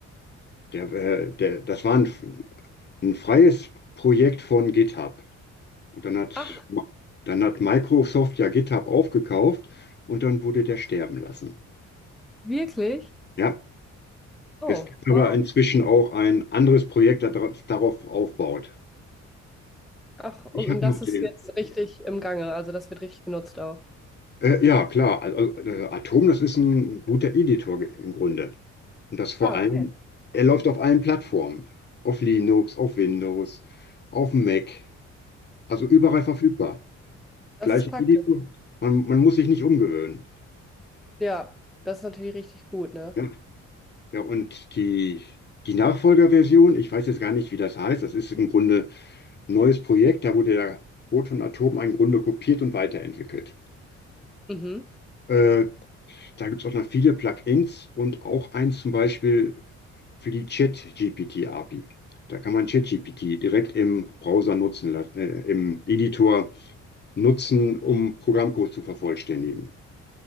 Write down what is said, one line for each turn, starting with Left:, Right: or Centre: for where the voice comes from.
Left: Der, äh, der, das war ein, ein freies Projekt von GitHub. Und dann hat,
Centre: Ach,
Left: dann hat Microsoft ja GitHub aufgekauft und dann wurde der sterben lassen.
Centre: wirklich?
Left: Ja,
Centre: Oh,
Left: es gibt aber
Centre: wow.
Left: inzwischen auch ein anderes Projekt, das darauf aufbaut.
Centre: Ach, und
Left: Ich habe
Centre: das
Left: noch den.
Centre: ist jetzt richtig im Gange, also das wird richtig genutzt auch.
Left: Äh, ja, klar. Also, äh, Atom, das ist ein guter Editor ge- im Grunde. Und das vor
Centre: Ah,
Left: allem,
Centre: okay.
Left: er läuft auf allen Plattformen. Auf Linux, auf Windows, auf dem Mac. Also überall verfügbar.
Centre: Das
Left: Gleiche
Centre: ist praktisch.
Left: Editor. Man, man muss sich nicht umgewöhnen.
Centre: Ja, das ist natürlich richtig gut, ne?
Left: Ja, ja und die, die Nachfolgerversion, ich weiß jetzt gar nicht, wie das heißt. Das ist im Grunde ein neues Projekt. Da wurde der Code von Atom im Grunde kopiert und weiterentwickelt.
Centre: Mhm.
Left: Äh, da gibt es auch noch viele Plugins und auch eins zum Beispiel für die Chat-GPT-API. Da kann man ChatGPT direkt im Browser nutzen, la- äh, im Editor nutzen, um Programmcode zu vervollständigen.